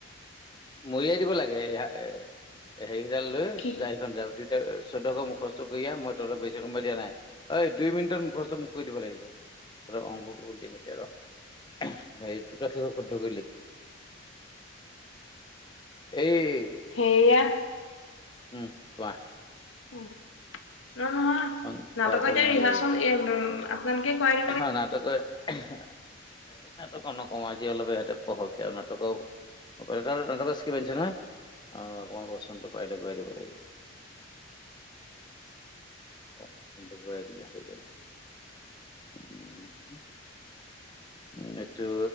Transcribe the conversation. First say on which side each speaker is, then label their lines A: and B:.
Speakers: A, on the left (about 25°); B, on the left (about 85°).
A: মৰিয়াই দিব লাগে এ হেৰিকেইডাল লৈ
B: কি
A: <unintelligible> চৈধ্যশ মুখস্থ কৰি আহ, মই তহঁতক বেছি সময় দিয়া নাই। অই, দুই মিনিটত মুখস্থ মোক কৰি দিব লাগিব। তহঁতক অং কৰিব দিম এতিয়া ৰ' হে দুটা শিষক শুদ্ধ কৰি লিখ। এই
B: হেৰিয়া
A: উম, কোৱা
B: ন' নহয়
A: সংখ্যা
B: নাটক
A: প্ৰণালী
B: এতিয়া ৰিহাৰ্চল আপোনালোকে কৰা
A: অ', নাটকৰ এই নাটক নকম আজি অলপ য়াতে পঢ়ক দিয়া নাটকৰ <unintelligible> নহয় অ', আকমান বহচোন তোক পাৰিলে কৰাই দিব লাগিব। <unintelligible> হৈ যাব উম, উম, এইটো